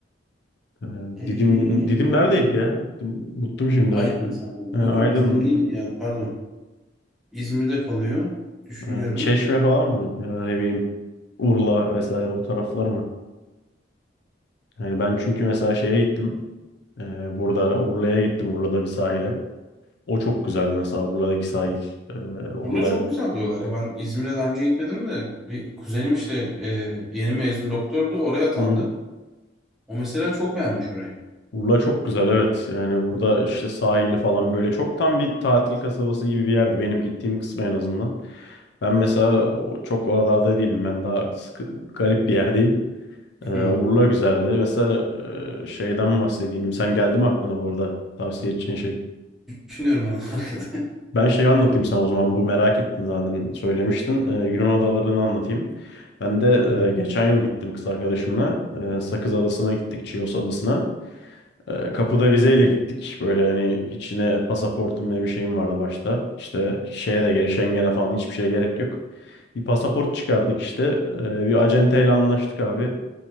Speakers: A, on the left; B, in the centre.
A: E,
B: Ee,
A: Didim Didim neredeydi ya? Unuttum şimdi
B: Aydın
A: bak.
B: sanırım.
A: E, Aydın.
B: Yok yok Didim değil ya pardon. İzmir'de kalıyor. Düşünüyorum.
A: Yani Çeşme falan mı? Ya da ne bileyim Urla vesaire o taraflar mı? Yani ben çünkü mesela şeye gittim. Ee, burada Urla'ya gittim. Urla'da bir sahile. O çok güzeldi mesela Urla'daki sahil. Ee, orada
B: Urla çok güzel diyorlar ya. Ben İzmir'e daha önce gitmedim de bir kuzenim işte e, yeni mezun doktordu. Oraya atandı.
A: Hı hı.
B: O mesela çok beğenmiş orayı.
A: Urla çok güzel evet. Yani burada işte sahili falan böyle çok tam bir tatil kasabası gibi bir yerdi. Benim gittiğim kısmı en azından. Ben mesela o- çok oralarda değilim. Ben daha sıkı, garip bir yerdeyim. Ee, Urla
B: Hı.
A: güzeldi. Mesela e, şeyden bahsedeyim. Sen geldi mi aklına bu arada tavsiye edeceğin şey?
B: Düşünüyorum ben <laughs> arkada.
A: Ben şeyi anlatayım sana o zaman. Bu merak ettin zaten söylemiştin. Ee, Yunan adalarını anlatayım. Ben de
B: Hı hı.
A: e, geçen yıl gittim kız arkadaşımla. Ee, Sakız Adası'na gittik, Chios Adası'na. Ee, kapıda vizeyle gittik. Böyle hani içine pasaportum ne bir şeyim vardı başta. İşte şeye de gerek, Schengen'e falan hiçbir şeye gerek yok. Bir pasaport çıkardık işte. Ee, bir acenteyle anlaştık abi.